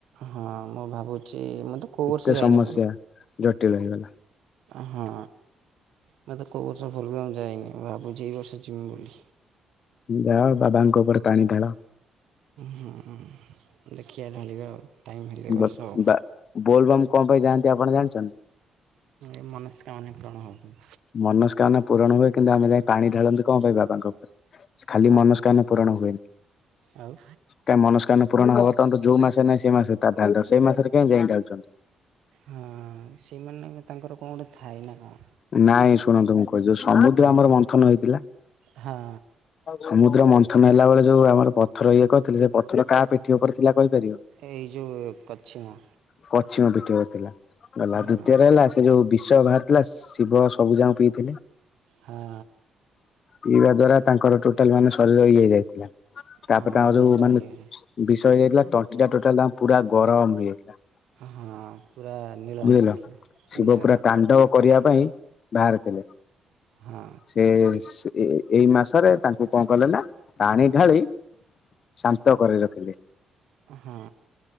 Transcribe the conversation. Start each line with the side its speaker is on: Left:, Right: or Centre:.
Right: ହଁ ମୁଁ ଭାବୁଛି ମୁଁ ତ କେଉଁର୍
Left: ଏତେ
Right: ସେ ଯାଇନି
Left: ସମସ୍ୟା ଜଟିଳ ହେଇଗଲା।
Right: ହଁ ମତେ କେଉଁ ବର୍ଷ ଭୁଲ ବି ଆ ମୁ ଯାଇନି ଭାବୁଛି ଏଇ ବର୍ଷ ଜିମି ବୋଲି।
Left: ଯାଅ ବାବାଙ୍କ ଉପରେ ପାଣି ଢାଳ।
Right: ହଁ ଦେଖିବା ଢାଳିବା ଆଉ। ଟାଇମ୍ ହେଲେ ଏ ବର୍ଷ
Left: ବା
Right: ଆଉ।
Left: ବା ବୋଲବାମ୍ କଣ ପାଇଁ ଯାନ୍ତି। ଆପଣ ଜାଣିଛନ୍ତି।
Right: ଏ ମନସ୍କାମନା ପୂରଣ ହେବ।
Left: ମନସ୍କାମନା ପୂରଣ ହୁଏ କିନ୍ତୁ ଆମେ ଯାଇ ପାଣି ଢାଳନ୍ତି କଣ ପାଇଁ ବାବା ଙ୍କ ଉପରେ। ଖାଲି
Right: କଣ
Left: ମନସ୍କାନ
Right: ପାଇଁ
Left: ପୂରଣ ହୁଏନି
Right: ଆଉ ହଁ
Left: କାହି ମନସ୍କାନ ପୂରଣ ହବ ତ ଯୋଉ ମାସ ନାଇଁ ସେ ମାସଟା ଧ ସେଇ ମାସରେ କେହି ଯାଇ ଯାଉଛ।
Right: ହଁ ସେମାନେ ତାଙ୍କର କଣ ଗୋଟେ ଥାଏ ନା କଣ।
Left: ନାଇଁ ଶୁଣନ୍ତୁ ମୁଁ କ ଯୋଉ ସମୁଦ୍ର
Right: ହଁ
Left: ଆମର
Right: କୁହ
Left: ମନ୍ଥନ ହେଇଥିଲା
Right: ହଁ।
Left: ସମୁଦ୍ର ମନ୍ଥନ ନେଲା ବେଳେ ଯୋଉ ଆମର ପଥର ଇଏ କହିଥିଲେ ସେ ପଥର କାହା ପିଠି ଉପରେ ଥିଲା। କହିପାରିବ?
Right: ଏଇ ଯୋଉ କଛିମ
Left: ପଛିମ ପିଠି ଉପରେ ଥିଲା। ହେଲା ଦ୍ଵିତୀୟ
Right: ହଁ
Left: ରେ ହେଲା ସେ ଯୋଉ ଵି ସ ଭାରିଥିଲା ସ ଶିବ ସବୁ ଯାଁ ପିଇଥିଲେ।
Right: ହଁ
Left: ପିଇବା ଦ୍ଵାରା ତାଙ୍କର ଟୋଟାଲ ମାନେ ଶରୀର ଇ ହେଇ ଯାଇଥିଲା। ତାପରେ
Right: ହଁ
Left: ତାଙ୍କ
Right: ବିଷ
Left: ଯୋଉ ମାନେ
Right: ଇଏ
Left: ଵି। ଇଯାଇଥିଲା ତଣ୍ଟି ଟା ଟୋଟାଲ ପୁରା ଗରମ ହେଇଯାଇଥିଲା।
Right: ହଁ ପୁରା ନୀଳ
Left: ବୁଝିଲ
Right: ହେଇଯାଇଥିଲା
Left: ଶିବ
Right: ବିଷରେ।
Left: ପୁରା ତାଣ୍ଡବ କରିବା ପାଇଁ ଭାରିଥିଲେ
Right: ହଁ
Left: ସେଏ ସୁ ଏ ଏଇ ମାସରେ ତାଙ୍କୁ କଣ କଲେ ନା ପାଣି ଢାଳି ଶାନ୍ତ କରେଇ ଥିଲେ।
Right: ହୁଁ।